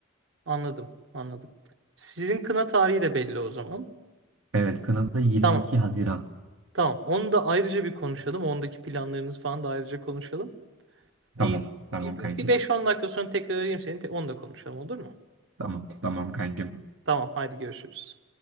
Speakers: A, on the right; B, on the right.
A: Anladım, anladım. Sizin kına tarihi de belli o zaman.
B: Evet Kanada 22
A: Tamam,
B: Haziran.
A: tamam. Onu da ayrıca bir konuşalım. Ondaki planlarınız falan da ayrıca konuşalım.
B: Tamam.
A: Bir,
B: Tamam
A: bir,
B: kankim.
A: bir beş on dakika sonra tekrar arayayım seni. Te- Onu da konuşalım olur mu?
B: Tamam. Tamam kankim.
A: Tamam, haydi görüşürüz.